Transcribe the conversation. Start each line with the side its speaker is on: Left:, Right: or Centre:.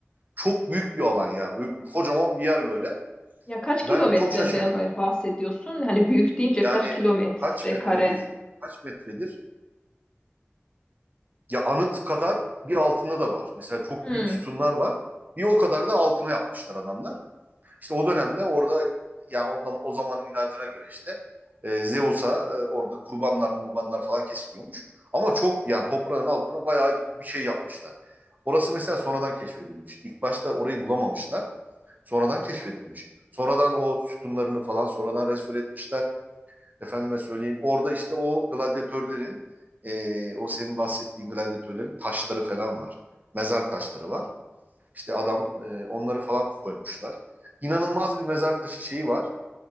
Right: Çok büyük bir alan ya. Böyle kocaman bir yer böyle.
Left: Ya kaç
Right: Ben
Left: kilometreden
Right: çok şaşırdım.
Left: bah- bahsediyorsun? Hani büyük deyince
Right: Yani
Left: kaç kilometre
Right: kaç metredir?
Left: kare?
Right: Kaç metredir? Ya anıt kadar bir altında da var. Mesela çok
Left: Hı
Right: büyük
Left: hı.
Right: sütunlar var. Bir o kadar da altına yapmışlar adamlar. İşte o dönemde orada yani o, o zamanın inancına göre işte e, Zeus'a e, orada kurbanlar kurbanlar falan kesiliyormuş. Ama çok yani toprağın altına bayağı bir şey yapmışlar. Orası mesela sonradan keşfedilmiş. İlk başta orayı bulamamışlar. Sonradan keşfedilmiş. Sonradan o sütunlarını falan sonradan restore etmişler. Efendime söyleyeyim. Orada işte o gladyatörlerin e, o senin bahsettiğin gladyatörlerin taşları falan var. Mezar taşları var. İşte adam e, onları falan koymuşlar. İnanılmaz bir mezar taşı şeyi var.